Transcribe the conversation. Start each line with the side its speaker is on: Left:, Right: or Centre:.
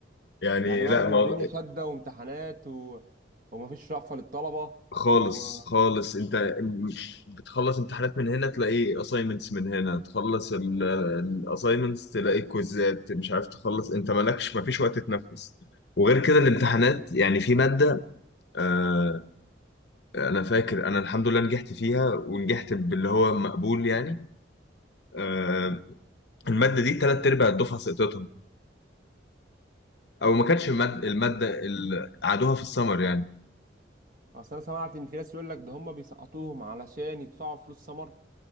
Left: يعني
Right: يعني برضو
Left: لا ما
Right: الدنيا شاده وامتحانات و... ومفيش رأفة للطلبه
Left: خالص
Right: و
Left: خالص انت بتخلص امتحانات من هنا تلاقي assignments من هنا تخلص ال ال- assignments تلاقي كويزات مش عارف تخلص انت مالكش ما فيش وقت تتنفس وغير كده الامتحانات يعني في مادة آه، انا فاكر انا الحمد لله نجحت فيها ونجحت باللي هو مقبول يعني آه، الماده دي تلات ارباع الدفعه سقطتهم او ما كانتش الماده
Right: اصل
Left: الماده اللي قعدوها في السمر يعني
Right: أصل انا سمعت ان في ناس يقول لك ده هم بيسقطوهم علشان يدفعوا فلوس سمر